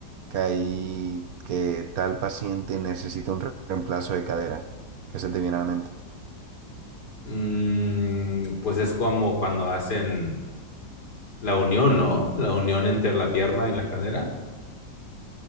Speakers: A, on the right (about 65°); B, on the left (about 65°).
A: que hay, que tal paciente necesita un re- reemplazo de cadera, ¿qué se te viene a la mente?
B: Mm, pues es como cuando hacen la unión, ¿no? La unión entre la pierna y la cadera.